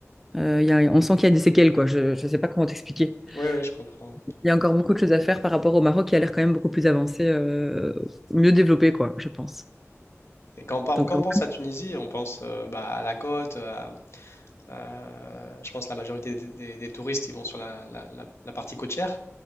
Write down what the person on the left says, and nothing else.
Oui, oui, je comprends.
Et quand on, par-
quand
on pense à Tunisie, on pense euh, bah, à la côte, à, Euh, je pense que la majorité des, des- des touristes, ils vont sur la, la- la- la partie côtière.